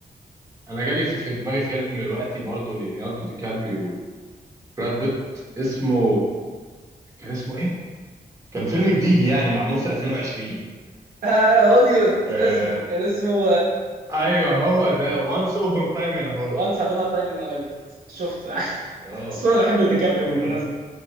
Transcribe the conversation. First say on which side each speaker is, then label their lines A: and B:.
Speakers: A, on the right (about 20°); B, on the right (about 65°).
A: انا جالي في, في دماغي فيلم دلوقتي برضه ليوناردو دي كابريو وبراد بيت اسمه كان اسمه ايه؟ كان فيلم جديد يعني معمول في 2020
B: آه هوليوود
A: آه...
B: اصبر كان اسمه
A: ايوه هو ده وانس اوبن تايم ان هولو
B: وانس ابانا تايم ان هوليوود شفته <laughs>
A: اه
B: اصل انا بحب ديكابريو
A: <laughs>
B: بالمناسبه